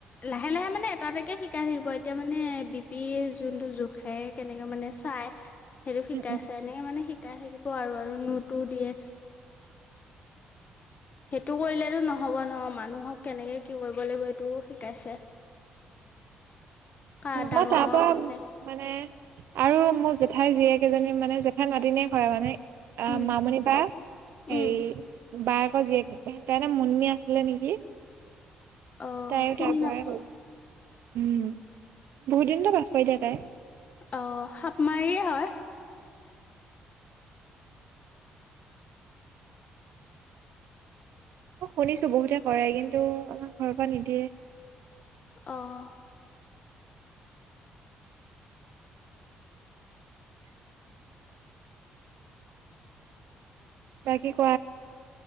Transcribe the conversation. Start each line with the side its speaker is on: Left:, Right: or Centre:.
Left: লাহে লাহে মানে এটা এটা শিকাই থাকিব এতিয়া মানে বি পি যোনটো জোখে কেনেকে মানে চাই সেইটো শিকাইছে
Right: উম।
Left: এনে মানে শি শিকাই থাকিব আৰু আৰু নোতো দিয়ে সেইটো কৰিলেতো নহব ন মানুহক কেনেকে কি কৰিব লাগিব এইটো শিকাইছে। কা ডাঙৰক
Right: ম পাপা
Left: মানে
Right: মানে আৰু মোৰ জেঠাই জীয়েক এজনী মানে জেঠাই নাতিনীয়েক হয় মানে। অ',
Left: উম
Right: মামণি বা হেৰি
Left: উম
Right: বায়েকৰ জীয়েক হয় তাৰনাম মুনমি আছে আছিলে নেকি।
Left: অ'
Right: তাইয়ো
Left: চিনি
Right: তাৰ পৰাই
Left: নাপাওঁ
Right: কৰিছে উম, বহুত দিনতো পাছ কৰিলে তাই।
Left: অ', সাপমাৰীয়ে হয়।
Right: অ', শুনিছো বহুতে কৰে কিন্তু আমাক ঘৰৰ পৰা নিদিয়ে।
Left: অ',
Right: বাকী ক?